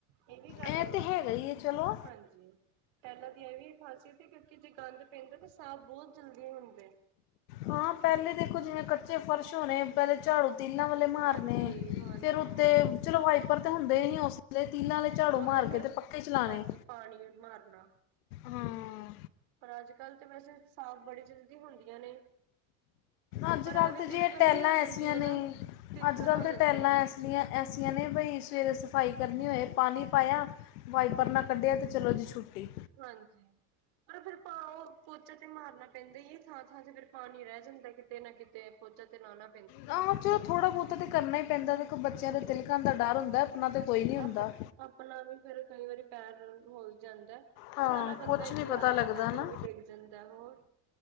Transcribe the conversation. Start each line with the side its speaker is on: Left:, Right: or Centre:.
Right: ਇਹ ਵੀ ਗੱਲ
Left: ਐ
Right: ਹੈ
Left: ਤੇ ਹੈਗਾ ਹੀ ਹੈ ਚਲੋ
Right: ਹਾਂਜੀ। ਟਾਈਲਾਂ ਦੀ ਆਂ ਇਹ ਵੀ ਇਕ ਖ਼ਾਸੀਅਤ ਹੈ। ਕਿਉਂਕਿ ਜੇ ਗੰਦ ਪੈਂਦਾ ਤਾਂ ਸਾਫ਼ ਬਹੁਤ ਜਲਦੀ ਹੁੰਦਾ ਹੈ।
Left: ਹਾਂ ਪਹਿਲੇ ਦੇਖੋ ਜਿਵੇਂ ਕੱਚੇ ਫਰਸ਼ ਹੋਣੇ ਪਹਿਲੇ ਝਾੜੂ। ਤੀਲਾਂ ਵਾਲੇ ਮਾਰਨੇ
Right: ਹਾਂਜੀ-ਹਾਂਜੀ-ਹਾਂਜੀ
Left: ਫੇਰ ਉੱਤੇ ਚਲੋ ਵਾਈਪਰ ਤੇ ਹੁੰਦੇ ਹੀ ਨੀ ਉਸਦੇ ਤੀਲਾਂ ਵਾਲੇ। ਝਾੜੂ ਮਾਰ
Right: ਨੇ ਫੇਰ
Left: ਕੇ ਤੇ ਪੱਕੇ ਚਲਾਣੇ
Right: ਹਾਂਜੀ ਪਾਣੀ ਮਾਰਨਾ।
Left: ਹਾਂ
Right: ਪਰ ਅੱਜ ਕੱਲ੍ਹ ਤਾਂ ਵੈਸੇ ਸਾਫ਼ ਬੜੀ ਜਲਦੀ ਹੁੰਦੀਆਂ ਨੇ।
Left: ਅੱਜ
Right: ਪਰ
Left: ਕੱਲ੍ਹ
Right: ਐਵੇਂ
Left: ਤੇ ਜੇ
Right: ਤਿਲਕਣ
Left: ਇਹ ਟੈਲਾਂ
Right: ਵੀ ਹੋ ਜਾਂਦੀ
Left: ਐਸੀਆਂ
Right: ਹੈ
Left: ਨੇ
Right: ਨਾ ਤਿਲਕਣ
Left: ਅੱਜ ਕੱਲ੍ਹ
Right: ਹੋ
Left: ਤਾਂ ਟੈਲਾਂ
Right: ਜਾਂਦੀ ਹੈ।
Left: ਐਸੀਆ। ਟੈਲਾਂ ਐਸੀਆਂ ਨੇ ਬਈ ਸਵੇਰੇ ਸਫਾਈ ਕਰਨੀ ਹੋਵੇ ਪਾਣੀ ਪਾਇਆ। ਵਾਈਪਰ ਨਾਲ ਕੱਢਿਆ ਅਤੇ ਚਲੋ ਜੀ ਛੁੱਟੀ।
Right: ਹਾਂਜੀ ਪਰ ਫੇਰ ਤਾ ਉਹ ਪੋਚਾ ਤੇ ਮਾਰਨਾ ਪੈਂਦਾ ਹੀ ਏ ਥਾਂ-ਥਾਂ ਤੇ ਫਿਰ। ਪਾਣੀ ਰਹਿ ਜਾਂਦਾ ਕਿਤੇ ਨਾ ਕਿਤੇ ਪੋਚਾ ਤੇ ਲਉਣਾ।
Left: ਹਾਂ ਚਲੋ ਥੋੜ੍ਹਾ ਬਹੁਤਾ ਤਾਂ ਕਰਨਾ ਹੀ ਪੈਂਦਾ ਦੇਖੋ ਬੱਚਿਆਂ
Right: ਹਮ
Left: ਦੇ ਤਿਲਕਣ ਦਾ ਡਰ ਹੁੰਦਾ ਆਪਣਾ ਤੇ ਕੋਈ ਨਹੀਂ ਹੁੰਦਾ।
Right: ਆਪਣਾ ਆਪਣਾ ਵੀ ਫਿਰ ਕਈ ਵਾਰੀ ਪੈਰ ਹੋ ਜਾਂਦਾ।
Left: ਹਾਂ
Right: ਸਿਆਣਾ ਬੰਦਾ
Left: ਕੁਛ
Right: ਹੀ
Left: ਨਹੀਂ
Right: ਕੋਈ
Left: ਪਤਾ
Right: ਆ
Left: ਲੱਗਦਾ
Right: ਜਾਂਦਾ
Left: ਨਾ
Right: ਤੇ ਉਹ ਵੀ ਡਿੱਗ ਜਾਂਦਾ ਹੋਰ